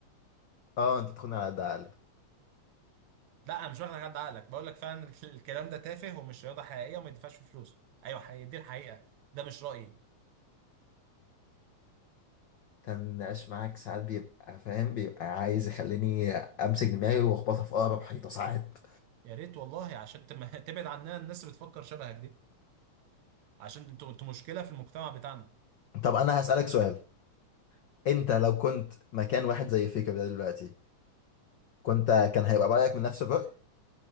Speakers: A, on the left; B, on the right.
A: اه انت تاخدني على قد عقلي
B: لا انا مش واخد حد عقلك بقول لك فعلا <laughs> الكلام ده تافه ومش رياضه حقيقيه وما يدفعش فيه فلوس ايوه حقيقي دي الحقيقه ده مش رايي
A: كان النقاش معاك ساعات بيبقى فاهم بيبقى عايز يخليني امسك دماغي واخبطها في اقرب حيطه ساعات
B: يا ريت والله عشان تم- <laughs> تبعد عنها الناس اللي بتفكر شبهك دي عشان انتوا انتوا مشكله في المجتمع بتاعنا
A: طب انا هسالك سؤال انت لو كنت مكان واحد زي فيكر ده دلوقتي كنت كان هيبقى رايك من نفس الراي